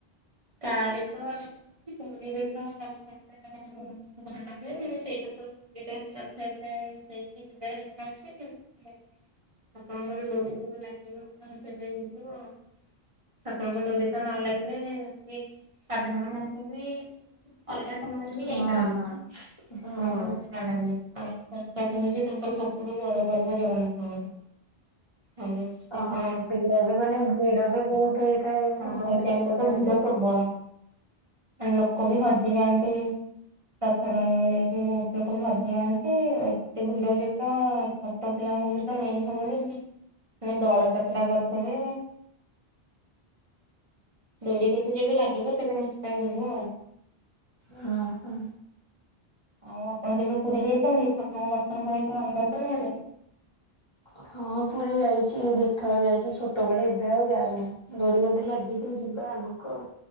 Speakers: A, on the right; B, on the left.
A: ଗାଁରେ କଣ? ପୁରୀରେ ତ <unintelligible> ଟନା ହୁଏ ସେଇଟା ତ ପୁରୀ ଟା ହିଁ ରଥଯାତ୍ରା ସେଇଠି ଯିବାର ଇଛା ଅଛି ଠାକୁରଙ୍କର ଡୋରି ଯେବେ ଲାଗିବ, ସେବେ ଯିବୁ ଆଉ। ଆପଣଙ୍କ ଡୋରି ତ ନ ଲାଗିଲେ ସେ ସାଧାରଣ ମଣିଷ ବି, ଅଲଗା ସମୟରେ ବି
B: ହଁ।
A: ଯାଇପାରନ୍ତିନି। ଠାକୁରଙ୍କଠୁ
B: ହଁ
A: ଡୋରି ନ ଲାଗିଲା ର ହଉଛି ତାଙ୍କର ସବୁଠୁ ବଡ ପର୍ବ ଜଗନ୍ନାଥଙ୍କର ହଉ <unintelligible>
B: ଅ ଭିଡ ବି ମାନେ ଭିଡ ବି ବହୁତ ହେଇଥାଏ
A: ହଁ,
B: ବହୁତ
A: ଏଇ ଟାଇମ
B: ଲୋକ
A: ତ
B: ଯାଆନ୍ତି।
A: ଭିଡ ପ୍ରବଳ ଲୋକ ବି ହଜିଯାଆନ୍ତି। ରଥ ଟାଣିବାକୁ ଯାଇକି ବହୁତ ଲୋକ ବି ହଜିଯାଆନ୍ତି ଏତେ ଭିଡ ଯେତ ଛୋଟ ପି ତାଙ୍କୁ ବି ତ ନେଇ ହବନି ମାନେ ଦଳା ଚକଟା କରିଦେବେ। ଡୋରି କେ ଯେବେ ଲାଗିବ ସେବେ ନିଶ୍ଚୟ ଯିବୁ ଆଉ
B: ଓହୋ
A: ଆଉ ଆପଣ କେବେ ପୁରୀ ଯାଇଛନ୍ତି? ଠାକୁରଙ୍କୁ ଦର୍ଶନ କରିବା ପାଇଁ ରଥ ସମୟରେ?
B: ହଁ, ପୁରୀ ଯାଇଛି ଦି ଥର ଯାଇଛି ଛୋଟ ବେଳେ, ଏବେ ଆଉ ଯାଇନି, ଡୋରି ବୋଧେ ଲାଗିନି ଯି ଯିବା ଆଗକୁ